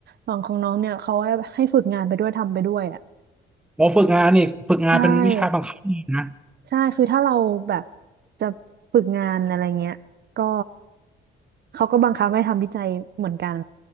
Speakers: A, on the right; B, in the centre.
A: ฝั่งของน้องเนี่ยเขาให้ให้ฝึกงานไปด้วยทำไปด้วยอ่ะ
B: โอฝึกงานนี่ฝึกงานเป็นวิชาบังคับนี่นะ
A: ใช่ใช่คือถ้าเราแบบจะฝึกงานอะไรเงี้ยก็เขาก็บังคับให้ทำวิจัยเหมือนกัน